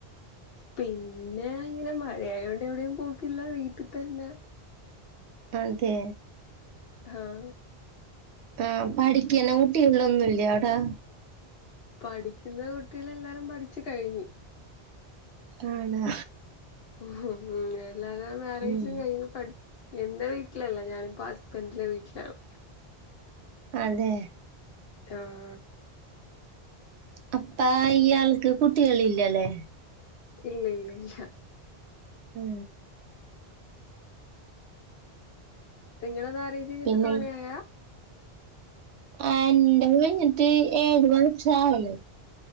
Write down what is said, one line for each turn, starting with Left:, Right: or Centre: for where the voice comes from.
Left: പിന്നെ അങ്ങനെ മഴയായോണ്ട് എവിടെയും പോക്കില്ല വീട്ടിൽ തന്നെ
Right: അതെ
Left: ആഹ്
Right: ആഹ് പഠിക്കണ കുട്ടികളൊന്നുംല്ല അവിടെ
Left: പഠിക്കുന്ന കുട്ടികള് എല്ലാരും പഠിച്ചു കഴിഞ്ഞു
Right: ആണോ
Left: ഉം എല്ലാരും മാരേജും
Right: ഉം
Left: കഴിഞ്ഞ് പഠി എന്റെ വീട്ടിലല്ല ഞാനിപ്പോ ഹസ്ബൻഡിൻ്റെ വീട്ടിലാണ്
Right: അതെ
Left: ആഹ്
Right: അപ്പാ ഇയാൾക്ക് കുട്ടികളില്ലല്ലേ
Left: ഇല്ല ഇല്ല ഇല്ല
Right: ഉം
Left: നിങ്ങളെ മാരേജ് കഴിഞ്ഞിട്ട്
Right: പിന്നെ
Left: തോനെയായാ
Right: ആഹ് എൻ്റെ കഴിഞ്ഞിട്ട് ഏഴ് വർഷം ആണ്